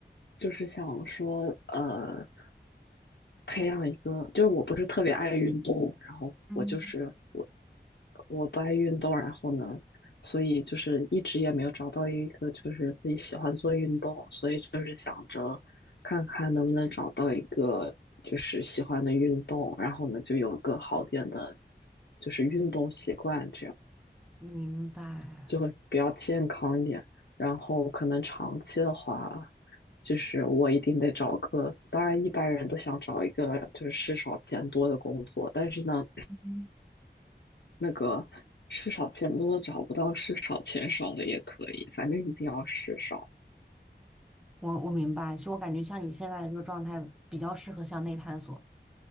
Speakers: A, on the left; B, in the centre.
A: 就是想说，呃，培养一个，
B: 在
A: 就是我不是特别爱运动，然后我就是我
B: 嗯
A: 我不爱运动，然后呢，所以就是一直也没有找到一个就是自己喜欢做运动，所以就是想着看看能不能找到一个就是喜欢的运动，然后呢就有个好点的，就是运动习惯这样。
B: 明白，
A: 就会比较健康一点。然后可能长期的话，就是我一定得找个，当然一般人都想找一个就是事少钱多的工作，但是呢，
B: 嗯
A: 那个事少钱多的找不到，事少钱少的也可以，反正一定要事少。
B: 我我明白。其实我感觉像你现在的这个状态，比较适合向内探索。